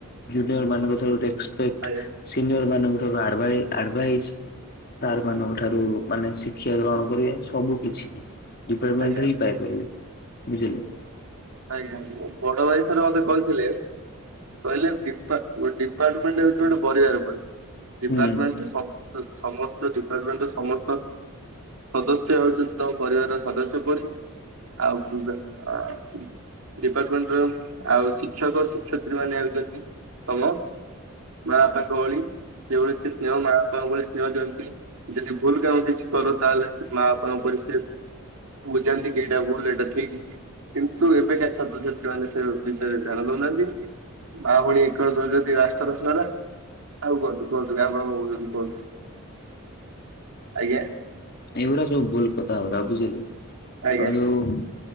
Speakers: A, on the left (about 45°); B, on the right (about 80°).
A: ଜୁନିୟର ମାନଙ୍କ ଡେସ ପେଟ
B: ଆଜ୍ଞା
A: ସିୟର ମାନଙ୍କ ଠୁ ଆଡାଇ ତ ମାନଙ୍କଠାରୁ ମାନେ ଶି ଶିକ୍ଷା ଗ୍ରହଣ କରିବା ସବୁ କିଛି ଡିପାର୍ଟମେଣ୍ଟ
B: ଆଜ୍ଞା
A: ରେ ହିଁ ପାଇପାରିବେ। ବୁଝିଲେ।
B: ଆଜ୍ଞା ବଡ ଭାଇ ଥରେ ମତେ କହିଥିଲେ କହିଲେ ଡି ଡିପାର୍ଟମେଣ୍ଟ ହଉଛି ଗୋଟେ ପରିବାର ପରି। ଡିପାର୍ଟମେଣ୍ଟ
A: ହୁଁ।
B: ସବ ସମସ୍ତେ ଡିପାର୍ଟମେଣ୍ଟ ର ସମସ୍ତ ସଦସ୍ୟ ହଉଛନ୍ତି ତମ ପରିବାରର ସଦସ୍ୟ ପରି ଆଉ ଡିପାର୍ଟମେଣ୍ଟ ର ଆଉ ଶିକ୍ଷକ ଶିକ୍ଷୟତ୍ରୀ ମାନେ ହେଉଛନ୍ତି ତମ ମା ବାପାଙ୍କ ଭଳି ସେଭଳି ସେ ସ୍ନେହ ମା ବାପାଙ୍କ ଭଳି ଉଛନ୍ତି ଯଦି ଭୁଲ କାମ କିଛି କର ତାହେଲେ ସେ ମା ବାପା ଉପରେ ସେ ବୁଝାନ୍ତି କି ଏଇଟା ଭୁଲ ଏଇଟା ଠିକ କିନ୍ତୁ ଏବେକାା ଛାତ୍ରଛାତ୍ରୀ ମାନେ ସେ ବିଷୟରେ ଧ୍ୟାନ ଦଉନାହାନ୍ତି ମା ଭଉଣୀ ଏକଳ ଦଉଛନ୍ତି ଆଷ୍ଟରଶନାର ଆଉ କୁହନ୍ତୁ କୁହନ୍ତୁ କପଣ କହୁଛନ୍ତି କୁହନ୍ତୁ ଆଜ୍ଞା।
A: ଏଇଗୁଡା ସବୁ ଭୁଲ କଥା ହରା ବୁଝିଲେ।
B: ଆଜ୍ଞା
A: ଆଉ ଯୋଉ